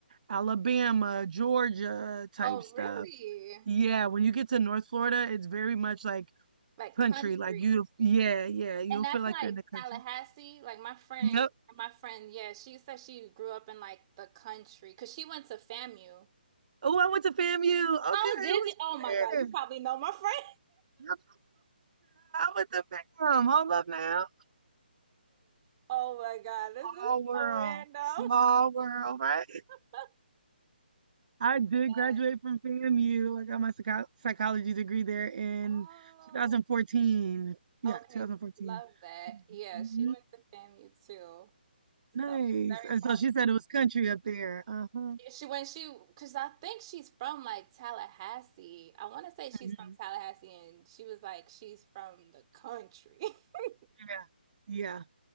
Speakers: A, on the right; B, on the right.
A: Alabama, Georgia type
B: Oh,
A: stuff.
B: really?
A: Yeah, when you get to North Florida, it's very much like
B: Like
A: country.
B: country.
A: Like you, yeah, yeah, you'll
B: And that's
A: feel like
B: like
A: you're in the country.
B: Tallahassee. Like my friend,
A: Yep.
B: my friend, yeah, she said she grew up in like the country because she went to FAMU.
A: Oh, I went to FAMU.
B: Oh,
A: Okay,
B: did
A: who's
B: you? Oh my
A: there?
B: God, you probably know my friend.
A: Girl, with the fam. Hold up now.
B: Oh my God, this is
A: Small world.
B: so random.
A: Small world, right?
B: <laughs>
A: I did
B: Yes.
A: graduate from FAMU. I got my psycho psychology degree there in
B: Oh,
A: 2014. Yeah,
B: okay.
A: 2014.
B: Love that. Yeah,
A: Mhm.
B: she went to FAMU too.
A: Nice.
B: So it's very
A: And
B: possible.
A: so she said it was country up there. Uh-huh.
B: Yeah, She when she because I think she's from like Tallahassee. I want to say she's
A: Mhm.
B: from Tallahassee and she was like she's from the country. <laughs>
A: Yeah. Yeah.